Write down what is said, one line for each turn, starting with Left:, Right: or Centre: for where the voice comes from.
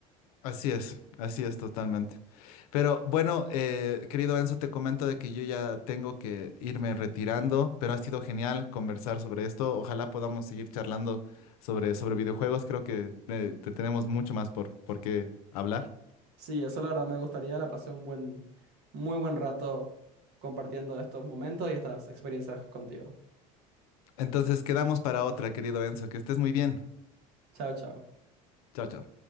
Left: Así es, así es totalmente. Pero bueno, eh, querido Enzo, te comento de que yo ya tengo que irme retirando, pero ha sido genial conversar sobre esto. Ojalá podamos seguir charlando sobre, sobre videojuegos. Creo que eh, te tenemos mucho más por, por qué hablar.
Right: Sí, eso la verdad me gustaría, la pasé un buen, muy buen rato compartiendo estos momentos y estas experiencias contigo.
Left: Entonces, quedamos para otra, querido Enzo. Que estés muy bien.
Right: Chao, chao.
Left: Chao, chao.